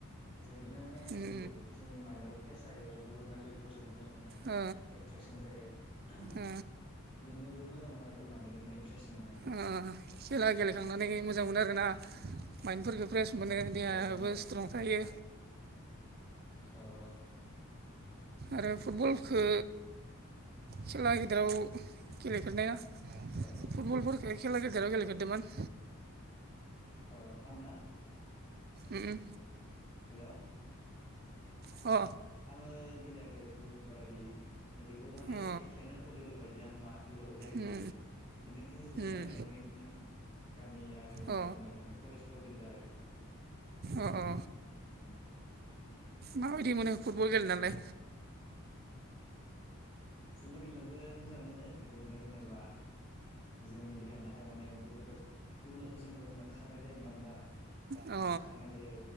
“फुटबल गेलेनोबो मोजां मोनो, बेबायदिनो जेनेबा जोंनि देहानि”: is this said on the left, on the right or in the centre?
Left